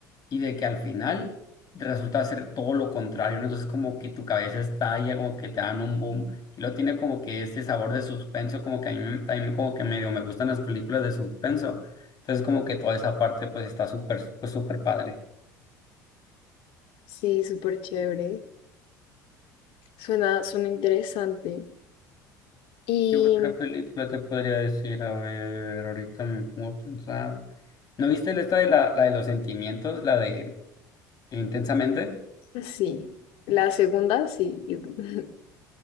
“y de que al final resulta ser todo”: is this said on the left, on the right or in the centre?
Left